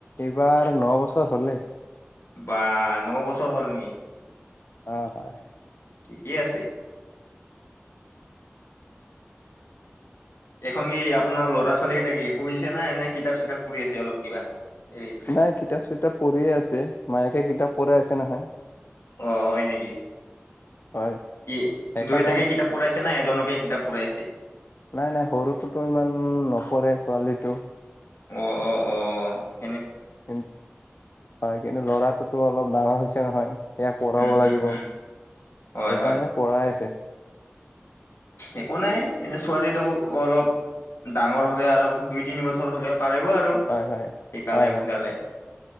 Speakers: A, on the left; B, on the left.
A: এইবাৰ ন বছৰ হ'লে
B: বাহ ন বছৰ হ'ল নেকি
A: অ হয়।
B: ঠিকেই আছে। এখন কি আপোনাৰ লৰা ছোৱালী কেইটা শুইছে না এনে কিতাপ চিতাপ পৰি আছে অলপ কিবা। হেৰি
A: নাই কিতাপ চিতাপ পঢ়িয়ে আছে মায়েকে কিতাপ পঢ়াই আছে নহয়।
B: অ হয় নেকি
A: হয়
B: কি
A: সেইকাৰণে
B: দুয়োটাকে কিতাপ পঢ়াইছে না এজনকে কিতাপ পঢ়াই আছে।
A: নাই নাই সৰুটোতো ইমান নপৰে ছোৱালীটো
B: অহ অহ অহ
A: কিন হয় কিন্তু ল'ৰাটোতো অলপ ডাঙৰ হৈছে নহয়। ইয়াক পঢ়াব
B: উম,
A: লাগিব
B: উম, উম,
A: সেইকাৰণে
B: হয়, হয়।
A: পঢ়াই আছে।
B: একো নাই এনে ছোৱালীটো অলপ ডাঙৰ হলে আৰু দুই তিনি বছৰ হলে পাৰিব আৰু শিকালে
A: হয় হয় হয় হয়
B: বুজালে